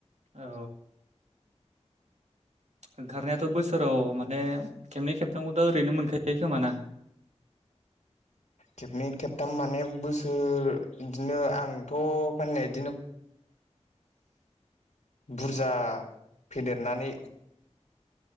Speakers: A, on the right; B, on the left.
A: औ ओंखारनायाथ' बोसोराव माने खेबनै खेबथामखौथ' ओरैनो मोनखायो खोमाना? <inaudible>
B: खेबनै खेबथाम माने बोसोर इदिनो आंथ' फाननाया इदिनो बुरजा फेदेरनानै